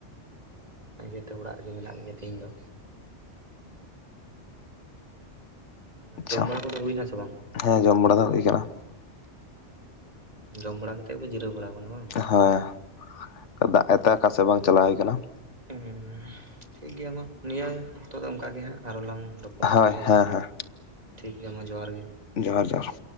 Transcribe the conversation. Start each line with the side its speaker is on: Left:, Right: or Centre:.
Right: ᱟᱫᱚ ᱚᱱᱟ ᱤᱭᱟᱹᱛᱮ ᱚᱲᱟᱜ ᱨᱮᱜᱮ ᱢᱮᱱᱟᱜ ᱞᱤᱧᱟᱹ ᱛᱤᱦᱤᱧ ᱫᱚ᱾
Left: ᱟᱪᱪᱷᱟ
Right: ᱡᱚᱢ ᱵᱟᱲᱟ ᱠᱚᱫᱚ ᱦᱩᱭᱱᱟ ᱥᱮ ᱵᱟᱝ?
Left: ᱦᱮᱸ ᱡᱚᱢ ᱵᱟᱲᱟ ᱫᱚ ᱦᱩᱭ ᱠᱟᱱᱟ᱾
Right: <unintelligible> ᱡᱚᱢ ᱵᱟᱲᱟ ᱠᱟᱛᱮᱫ ᱠᱚ ᱡᱤᱨᱟᱹᱣ ᱵᱟᱲᱟᱣ ᱠᱟᱱᱟ ᱵᱟᱝ?
Left: ᱦᱟᱸ ᱫᱟᱜ ᱮᱜᱛᱮ ᱟᱠᱟ ᱥᱮᱫ ᱦᱚᱸ ᱵᱟᱝ ᱪᱟᱞᱟᱣ ᱦᱩᱭ ᱠᱟᱱᱟ ᱾
Right: ᱩᱸ ᱴᱷᱤᱠ ᱜᱮᱭᱟ ᱢᱟ ᱱᱤᱭᱟᱹ ᱚᱠᱛᱚ ᱫᱚ ᱚᱱᱠᱟ ᱜᱮ ᱦᱟᱸᱜ ᱟᱨᱦᱚᱸ ᱞᱟᱝ ᱨᱚᱯᱚᱲᱟ ᱦᱟᱸᱜ
Left: ᱦᱳᱭ
Right: ᱛᱟᱦᱚᱞᱮ
Left: ᱦᱮᱸ ᱦᱮᱸ
Right: ᱴᱷᱤᱠ ᱜᱮᱭᱟ ᱢᱟ ᱡᱚᱦᱟᱨ ᱜᱮ᱾
Left: ᱡᱚᱦᱟᱨ ᱡᱚᱦᱟᱨ